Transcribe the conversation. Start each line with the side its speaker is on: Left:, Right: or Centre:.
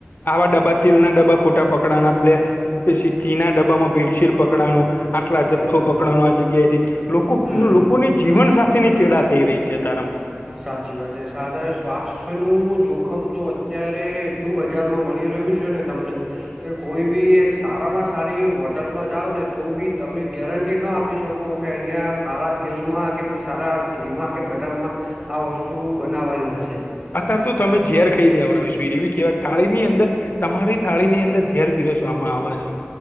Left: આવા ડબ્બા તિલ ના ડબ્બા ખોટા પકડાના પલે પછી ઘિ ના ડબ્બામાં ભેડસેલ. પકડાડુ આટલા
Right: સાચી
Left: જથ્થો પકડા
Right: વાત છે
Left: આ જગ્યાથી લોકો
Right: હમ
Left: લોકોને. જીવન સાથેની ચેડા થઈ રહી છે અ તારમ.
Right: સાચી વાત છે સાદર સ્વાસ્થ્યનું જોખમ તો અત્યારે એટલું બજારમાં મળી રહ્યું છે ને તમને. કે કોઈ બી એક સારામાં સારી હોટલમાં જાાવ ને તો બી તમે ગેરંટી ના આપ. આપી શકો કે અહિયાં સારા તેલમાં કે કોઈ સારા ઘીમાં કે બ. હોટલમાં આ વસ્તુ બનાવાયલ હશે.
Left: અત્યારે તો તમે ઝેર ખાઈ રયા હોએ રમેશભાઈ એવી કેવાય થાળી ની અંદર. તમારી થાળી ની અંદર ઘેર પીરસવામાં આવે છે.